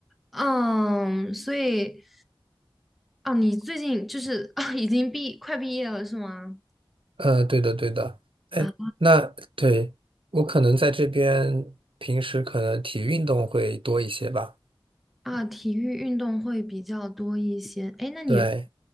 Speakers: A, in the centre; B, on the right.
A: 嗯，所以，哦，你最近就是 <laughs> 啊，已经毕快毕业了是吗？
B: 呃，对的，对的。哎，
A: 啊
B: 那对，我可能在这边平时可能体育运动会多一些吧。
A: 啊，体育运动会比较多一些，哎，那你
B: 对，